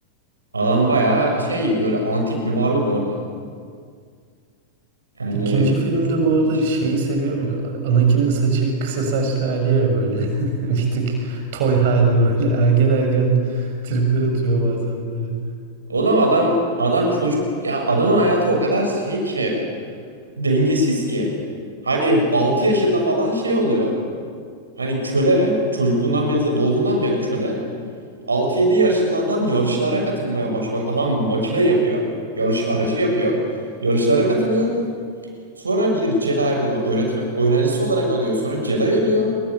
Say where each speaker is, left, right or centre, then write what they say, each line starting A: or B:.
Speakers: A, on the right (about 75°); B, on the right (about 50°).
A: Adam bayağı şey böyle antik bir varlık orada. Yani
B: İkinci filmde
A: çok
B: bu arada
A: ilginç.
B: şeyi seviyor muydu? Anakin'in saçı kısa saçlı hali ya böyle. <laughs> Bir tık toy hali böyle. Ergen ergen tripler atıyor bazen böyle.
A: Oğlum adam adam çocuk ya adamın hayatı o kadar şey ki dengesiz ki. Hani 6 yaşında falan şey oluyor. Hani köle çocukluğundan beri doğduğundan beri köle. 6-7 yaşında adam yarışlara katılmaya başlıyor. Bak adam makine yapıyor. Yarış aracı yapıyor. Yarışlara katılıyor. Sonra bir Jedi bunu öğretmen öğrencisi olarak alıyor. Sonra Jedi ölüyor.